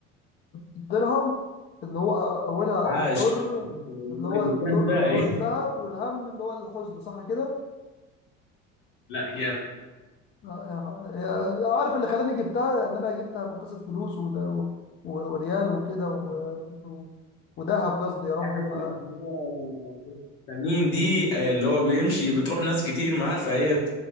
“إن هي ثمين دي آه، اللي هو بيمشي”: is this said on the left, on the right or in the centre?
Left